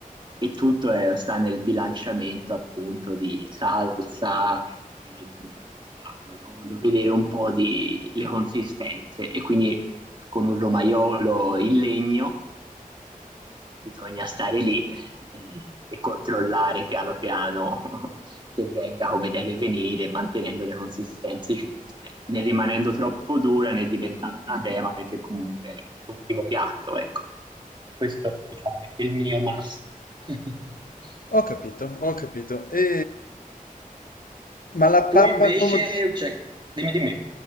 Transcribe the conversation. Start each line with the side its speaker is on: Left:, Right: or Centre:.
Right: e tutto eh, sta nel bilanciamento appunto di salsa e l'hai buttata acqua. Io voglio vedere un po' di le consistenze e quindi con un romaiolo in legno bisogna stare lì e, e controllare piano piano <laughs> che venga come deve venire, mantenendo le consistenze giuste, né rimanendo troppo dura né diventando una crema perché comunque è un primo piatto, ecco. Questo, diciamo, è il mio must. <laughs>
Left: Ho capito, ho capito. E... Ma la
Right: Tu
Left: pappa
Right: invece,
Left: al pomodoro...
Right: cioè, dimmi di me.